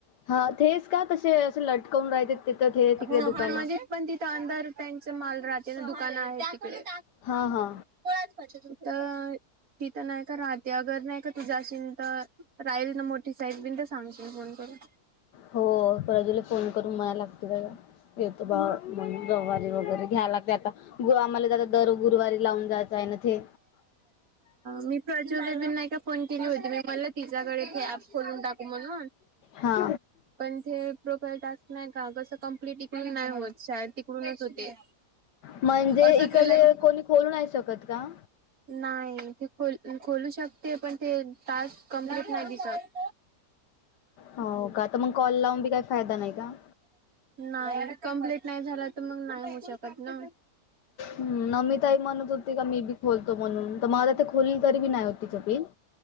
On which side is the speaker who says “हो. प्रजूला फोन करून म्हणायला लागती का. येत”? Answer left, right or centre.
Left